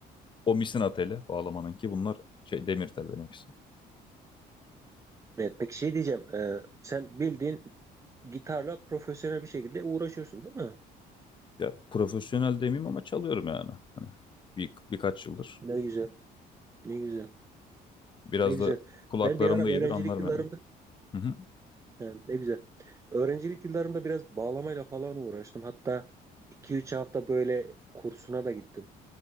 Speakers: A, on the left (about 30°); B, on the right (about 20°).
A: o misina teli bağlamanınki bunlar şey demir tel benimkisi.
B: Evet peki şey diyeceğim Ee, sen bildiğin gitarla profesyonel bir şekilde uğraşıyorsun değil mi?
A: Ya profesyonel demeyeyim ama çalıyorum yani. Hani bir, birkaç yıldır.
B: Ne güzel ne güzel
A: Biraz
B: ne güzel.
A: da kulaklarım
B: Ben bir ara
A: da iyidir
B: öğrencilik
A: anlarım
B: yıllarımda
A: yani. Hı hı.
B: yani ne güzel. Öğrencilik yıllarımda biraz bağlamayla falan uğraştım hatta iki üç hafta böyle kursuna da gittim.